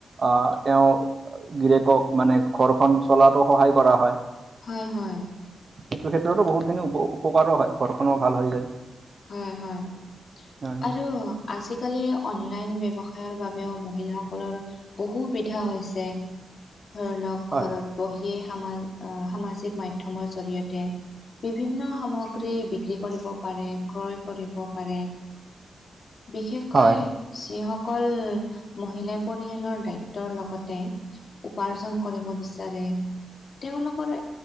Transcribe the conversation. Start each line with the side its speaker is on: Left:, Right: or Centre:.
Right: আহ তেওঁ গিৰিয়েকক মানে ঘৰখন চলাতো সহায় কৰা হয়।
Left: হয়, হয়।
Right: সেইটো ক্ষেত্ৰতো বহুতখিনি উপ-উপকাৰো হয় ঘৰখনো ভাল হৈ যায়।
Left: হয়, হয়,
Right: হয়
Left: আৰু আজিকালি অনলাইন ব্যৱসায়ৰ বাবেও মহিলাসকলৰ বহু সুবিধা হৈছে ধৰি লওঁক
Right: হয়
Left: ঘৰত বহিয়ে সমাজ আহ সামাজিক মাধ্যমৰ জৰিয়তে বিভিন্ন সামগ্ৰী বিক্ৰী কৰিব পাৰে। ক্ৰয় কৰিব পাৰে বিশেষকৈ
Right: হয়
Left: যিসকল মহিলাই পৰিয়ালৰ দ্বায়িত্বৰ লগতে উপাৰ্জন কৰিব বিচাৰে। তেওঁলোকৰ